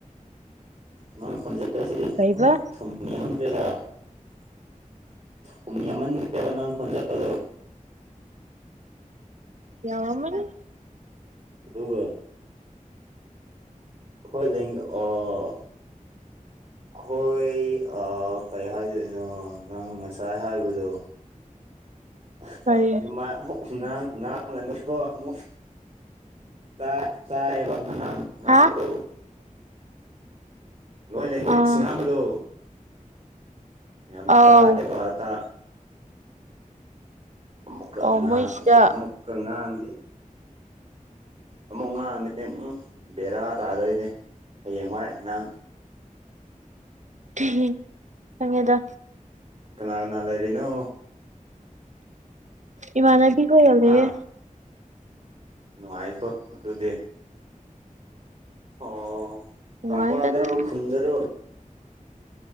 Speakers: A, on the right; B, on the right.
A: ꯅꯪ ꯈꯣꯟꯖꯦꯜꯁꯤꯗꯤ ꯎꯝꯍ
B: ꯀꯩꯕ
A: ꯊꯨꯝ ꯌꯥꯝꯃꯟꯈ꯭ꯔꯦꯗ <unintelligible> ꯊꯨꯝ ꯌꯥꯝꯃꯟꯈ꯭ꯔꯦꯕ ꯅꯪ ꯈꯣꯟꯖꯦꯜꯗꯣ
B: ꯌꯥꯎꯔꯝꯃꯅꯤ
A: ꯑꯗꯨꯒ ꯑꯈꯣꯏ ꯂꯤꯡ ꯑꫭ ꯈꯣꯏ ꯑꯥ ꯀꯩ ꯍꯥꯏꯗꯣꯏꯅꯣ ꯅꯪ ꯉꯁꯥꯏ ꯍꯥꯏꯕꯗꯣ <unintelligible>
B: ꯀꯔꯤ
A: ꯑꯗꯨꯃꯥꯏ ꯑꯃꯨꯛ ꯈꯨꯉꯥꯡ ꯉꯥꯡꯉꯅꯨꯀꯣ ꯑꯃꯨꯛ ꯇꯥꯏ ꯇꯥꯏꯑꯦꯕ ꯅꯪꯅ ꯉꯥꯡ <unintelligible> ꯉꯥꯡꯕꯗꯣ
B: ꯍꯥ
A: ꯅꯣꯏ ꯂ‍ꯦꯡꯒꫭꯏꯆ
B: ꯑꯥ
A: ꯉꯥꯡꯕꯗꯣ ꯌꯥꯝ
B: ꯑꯧ
A: ꯇꯥꯛꯑ‌ꯦꯕ ꯑꯇꯥ ꯑꯃꯨꯛꯀꯥ
B: ꯑꯣ
A: ꯉꯥꯡ
B: ꯃꯣꯏ ꯁꯤꯗ
A: ꯑꯃꯨꯛꯀ ꯉꯥꯡꯉꯗꯤ ꯑꯃꯨꯛ ꯉꯥꯡꯉꯗꯤ ꯎꯝꯍ ꯕꯦꯔꯥ ꯇꯥꯗꯣꯏꯅꯦ ꯍꯌꯦꯡꯋꯥꯏ ꯅꯪ
B: <unintelligible> ꯈꯪꯉꯦꯗ
A: ꯀꯅꯥ ꯀꯅꯥ ꯂꯩꯔꯤꯅꯣ
B: ꯏꯃꯥꯟꯅꯕꯤ ꯈꫭꯏꯒꯂꯩꯌ‌ꯦ
A: ꯍꯥ ꯅꯨꯡꯉꯥꯏꯀꯣ ꯑꯗꯨꯗꯤ ꯑꯣ
B: ꯅꯨꯡꯉꯥꯏꯗ
A: ꯇꯝꯄꯥꯛꯗꯔꫭ
B: ꯑꯗꯨꯝ
A: ꯈꯨꯟꯗꯔꯣ